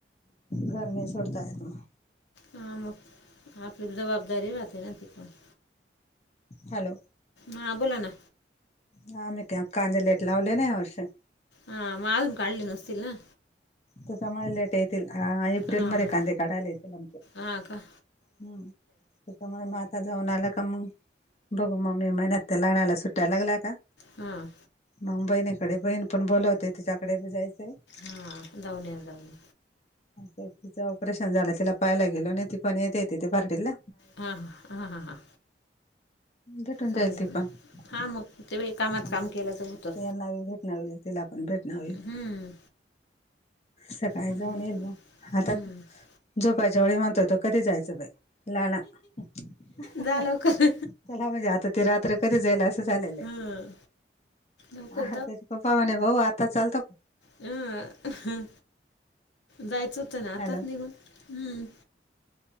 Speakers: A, on the left (about 35°); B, on the left (about 90°).
A: घरं नाई सोडतांयेत मं
B: हां मंग आपली जबाबदारी रहाते नां ति पणं
A: हॅलो
B: हां बोला ना
A: हां आम्हीं कां कांदे लेट लावले नां यां वर्षी
B: हां मं अजूंन काढले नसतील नां
A: त्यांच्यामुळे लेट येतील आं एप्रिलमध्यें
B: हां
A: कांदे काढांयला येतील आमचे
B: हां कां
A: हम्मं त्यांच्यामुळे नां आंता जाऊंन आंल कां मंग बघूं मंग मे महिन्यांत त्यां लाहाण्यांला सुट्ट्यां लागल्यां कां
B: हं
A: मंग बहिणीकडे बहीण पणं बोलांवते तिच्यांकडे बी जायचं आहे
B: हां जाऊंन येजो जरां.
A: हं तिच ऑपरेशन झालंय तिलां पाहायला गेलं आणि ती पणं येतं येतिथे भारडीला
B: हां हां हां हां हां
A: भेटूंन
B: चांगलं
A: जाईल ति
B: ना
A: पणं
B: हां मग ते कामात
A: हां
B: काम
A: त्यांना
B: केलं तर होतं
A: भेटणारं आहे. तिलां पणं भेटणं होईल.
B: हम्म
A: सकाळीं
B: बरोबर.
A: जाऊंन येईल. मंग आंता
B: हम्म
A: झोपाच्यां वेळी म्हणतोय. तो कधी जायचं बाई नाना त्यांला
B: जा लवकर
A: भी जातं होते. रातं तरं कधीं जायंल असं झालेले.
B: हां लवकर
A: आं हां त्यांच्या पप्पां म्हंणे भाऊ आंता चालतो कां
B: हंहं हं जायचं होतं नां आताचं
A: हॅलो
B: निघूंन हम्मं